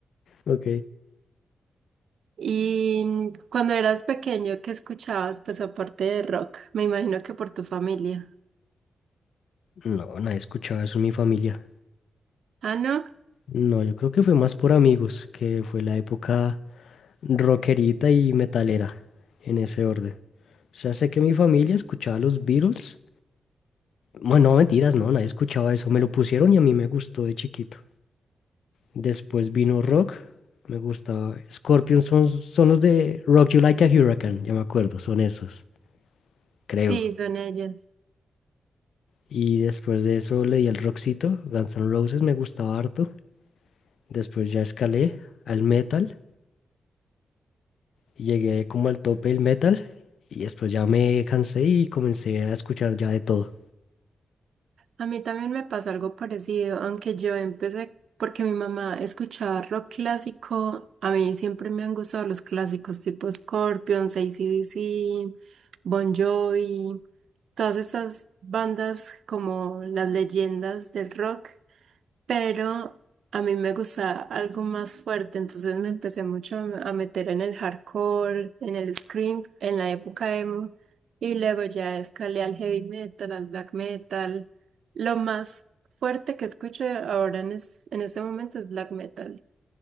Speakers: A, on the left; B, on the right.
A: Ok.
B: Y cuando eras pequeño, ¿qué escuchabas? Pues aparte de rock, me imagino que por tu familia.
A: No, nadie escuchaba eso en mi familia.
B: Ah, ¿no?
A: No, yo creo que fue más por amigos, que fue la época rockerita y metalera, en ese orden. O sea, sé que mi familia escuchaba los Beatles. Bueno, no, mentiras, no, nadie escuchaba eso. Me lo pusieron y a mí me gustó de chiquito. Después vino rock. Me gustaba. Scorpions son, son los de Rock You Like a Hurricane, ya me acuerdo, son esos, creo.
B: Sí, son ellas.
A: Y después de eso leí el rockcito, Guns N' Roses me gustaba harto. Después ya escalé al metal, y llegué como al tope del metal y después ya me cansé y comencé a escuchar ya de todo.
B: A mí también me pasó algo parecido, aunque yo empecé porque mi mamá escuchaba rock clásico. A mí siempre me han gustado los clásicos tipo Scorpions, AC/DC, Bon Jovi, todas esas bandas como las leyendas del rock. pero a mí me gusta algo más fuerte, entonces me empecé mucho a a meter en el hardcore, en el scream, en la época emo, y luego ya escalé al heavy metal, al black metal. Lo más fuerte que escucho ahora en, es- en este momento es black metal.